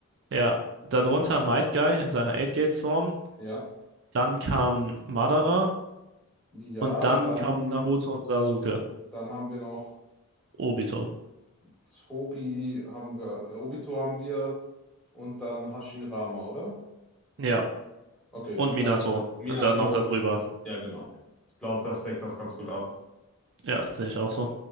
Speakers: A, on the right (about 55°); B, in the centre.
A: Ja, darunter Might Guy in seiner Eight gate form
B: Ja.
A: dann kam Madara
B: Ja,
A: und dann
B: dann,
A: kamen Naruto und Sasuke,
B: dann haben wir noch
A: Obito.
B: Tobi, haben wir, äh, Obito haben wir und dann Hashirama, oder?
A: Ja,
B: Okay,
A: und
B: ja.
A: Minato,
B: Minato.
A: dann noch darüber.
B: Ja, genau. Ich glaube, das deckt das ganz gut ab.
A: Ja, sehe ich auch so.